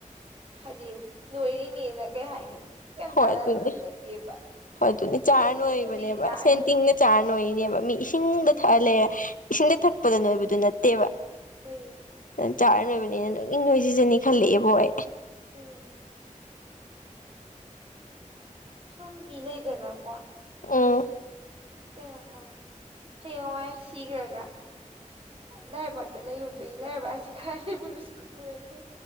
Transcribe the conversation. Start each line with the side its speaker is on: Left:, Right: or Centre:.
Right: ꯍꯥꯏꯗꯤ ꯅꯣꯏꯔꯤꯅꯦꯅ ꯀꯩ ꯍꯥꯏꯅꯤ ꯀ
Left: ꯍꯣꯏ
Right: ꯆꯥꯟꯅꯅ
Left: ꯑꯗꯨꯅꯤ
Right: ꯅꯣꯏꯕ ꯅꯠꯇꯦꯕ
Left: ꯍꯣꯏ ꯑꯗꯨꯗꯤ ꯆꯥꯔ
Right: ꯁꯦꯟ
Left: ꯅꯣꯏꯔꯤꯕꯅꯦꯕ
Right: ꯇꯤꯡꯕꯩ ꯆꯥꯔꯤꯅꯤ
Left: ꯁꯦꯟ ꯇꯤꯡꯅ ꯆꯥꯔ ꯅꯣꯏꯔꯤꯅꯦꯕ ꯃꯤ ꯏꯁꯤꯡꯗ
Right: ꯎꯝ
Left: ꯊꯛꯍꯜꯂꯦ ꯏꯁꯤꯡꯗ ꯊꯛꯄꯗ ꯅꯣꯏꯕꯗꯨ ꯅꯠꯇꯦꯕ
Right: ꯍꯣꯏ
Left: ꯑꯗꯨꯅ ꯆꯥꯔ ꯂꯣꯏꯕꯅꯤꯅ ꯑꯗꯨꯪ ꯏꯪ ꯅꯣꯏ ꯁꯤꯖꯅꯤ ꯈꯜꯂꯛꯑꯦꯕ ꯍ
Right: ꯎꯝ ꯁꯨꯝ ꯃꯤꯂꯩꯗꯅꯀꯣ
Left: ꯎꯝ
Right: ꯀꯦ ꯑ ꯍꯌꯦꯡꯋꯥꯏ ꯁꯤꯈ꯭ꯔꯒ ꯂꯥꯏꯔꯕꯥꯛꯇ ꯂꯩꯔꯨꯗꯣꯏꯅꯤ ꯂꯥꯏꯔꯔꯕꯥꯛꯁꯤ ꯈꯔ ꯂꯩꯕ ꯉꯗꯦ